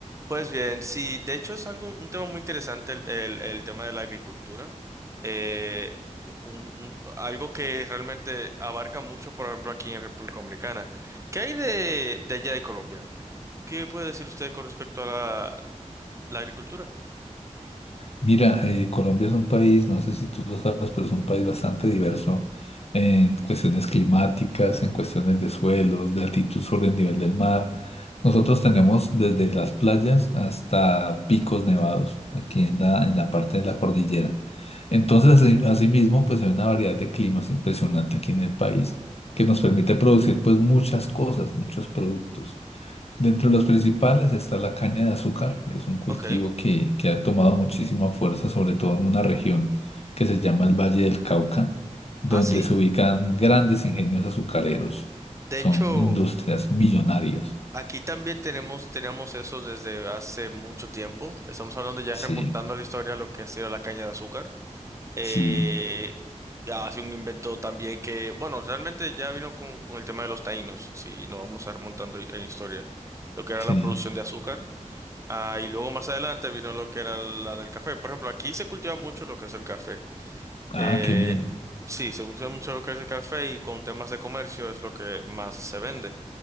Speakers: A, on the right; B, on the left.
A: Pues bien, sí, de hecho es algo, un tema muy interesante el, el- el tema de la agricultura. Eh, un- un- algo que realmente abarca mucho, por ejemplo, aquí en República Dominicana. ¿Qué hay de, de allá de Colombia? ¿Qué puede decir usted con respecto a la, la agricultura?
B: Mira, eh, Colombia es un país, no sé si tú lo sabes, pero es un país bastante diverso en cuestiones climáticas, en cuestiones de suelos, de altitud sobre el nivel del mar. Nosotros tenemos desde las playas hasta picos nevados aquí en la, en la parte de la cordillera. Entonces, así- asimismo, pues hay una variedad de climas impresionante aquí en el país que nos permite producir pues muchas cosas, muchos productos. Dentro de los principales está la caña de azúcar. Es un cultivo
A: Ok.
B: que, que ha tomado muchísima fuerza, sobre todo en una región que se llama el Valle del Cauca, donde
A: Ah, sí.
B: se ubican grandes ingenios azucareros.
A: De
B: Son
A: hecho,
B: industrias millonarias.
A: aquí también tenemos, tenemos eso desde hace mucho tiempo. Estamos hablando ya
B: Sí,
A: remontando a la historia lo que ha sido la caña de azúcar. Eh,
B: sí,
A: ah, hace un invento también que, bueno, realmente ya vino con, con el tema de los taínos, si nos vamos a remontando en historia, lo que era
B: sí.
A: la producción de azúcar, ah, y luego más adelante vino lo que era la del café. Por ejemplo, aquí se cultiva mucho lo que es el café. Eh,
B: Ah, qué bien. <laughs>
A: sí, se cultiva mucho lo que es el café y con temas de comercio es lo que más se vende.